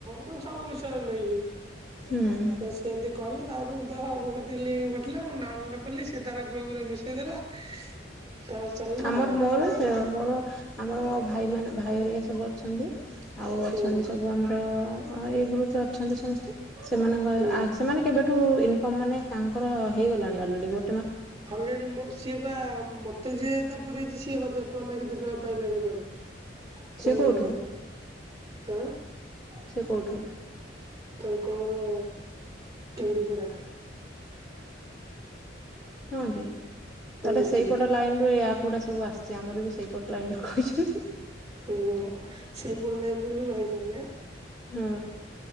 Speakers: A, on the right; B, in the centre.
A: ମାନେ ସବୁ ବିଷୟରେ ନେଇକି
B: ହୁଁ।
A: ତ ସେମତି କହିଲେ। ତାପରେ ମୁଁ ତ ମୋ ଗତିକି ଲିଙ୍କ୍ ପଠେଇଲା। ମୁଁ ଡାଉନଲୋଡ କଲି ସେ ତାର ଗ୍ରୁପ ରେ ମିଶେଇ ଦେଲା। ତାପରେ ଚାଲିଲା
B: ଆମର
A: ଆଉ।
B: ମୋର ସେ ମୋର ଆମର ଭାଇ ମାନେ ଭାଇ ହେରିକା ସବୁ ଅଛନ୍ତି। ଆଉ ଅଛନ୍ତି
A: ହୁଁ
B: ସବୁ ଆମର ଅ ଏଇ ଗ୍ରୁପ ରେ ଅଛନ୍ତି ସମସ୍ତେ ସେମାନଙ୍କ
A: ହୁଁ।
B: ଆ ସେମାନେ କେବେ ଠୁ ଇନକମ୍ ମାନେ ତାଙ୍କର ହେଇଗଲାଣି ଅଲରେଡି ଗୋ
A: ହଲରେଡି ମୋ ସିଏ ବା ମତେ ଯିଏ ପୁରେଇଛି ସିଏ ହଜାର ଟଙ୍କା ନା କେତେ ଟଙ୍କା ପାଇଲାଣି କୁଆଡେ।
B: ସେ
A: ମୋ
B: କୋଉଠୁ
A: ଜାଣିବାରେ ଆଁ।
B: ସେ କୋଉଠୁ
A: ତାଙ୍କ ଘର କେନ୍ଦୁପଡ଼ା।
B: ହଁ କି ତାହେଲେ
A: ହୁଁ
B: ସେଇପଟ
A: ହୁଁ
B: ଲାଇନ ରୁ ୟା ଗୁଡା ସବୁ ଆସିଛି ଆମର ବି ସେଇପଟ ଲାଇନରୁ କହିଛନ୍ତି।
A: ଓ ସେଇ ପଟ ପଲାଇନରୁ ରହିଛନ୍ତି ଆଁ।
B: ହୁଁ।